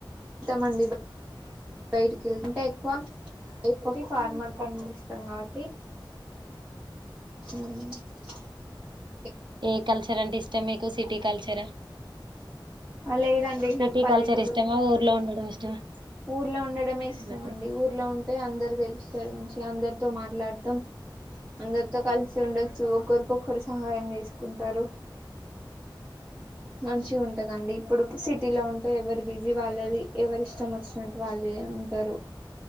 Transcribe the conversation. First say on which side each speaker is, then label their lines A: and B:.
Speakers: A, on the right (about 15°); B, on the right (about 65°).
A: తమండి బ బయటికి వెళ్తుంటే ఎక్కువ ఎక్కువ ఫార్మర్ పండి తంగాబాటి ఉమ్.
B: ఏ కల్చర్ అంటే ఇష్టం మీకు సిటీ కల్చరా
A: లేదండి
B: సిటీ
A: నాకు పల్లెటూరు
B: కల్చర్ ఇష్టమా ఊర్లో ఉండడం ఇష్టమా
A: ఊర్లో ఉండడమే ఇష్టం
B: పల్లెటూరు
A: అండి ఊర్లో ఉంటే అందరు తెలుస్తారు మంచిగా అందరితో మాట్లాడతాం అందరితో కలిసి ఉండ చ్చు ఒకరికొకరు సహాయం చేసుకుంటారు మంచిగా ఉంటదండి ఇప్పుడు సిటీలో ఉంటే ఎవరి బిజీ వాళ్ళది ఎవరి ఇష్టం ష్టం వచ్చినట్టు వాళ్ళే ఉంటరు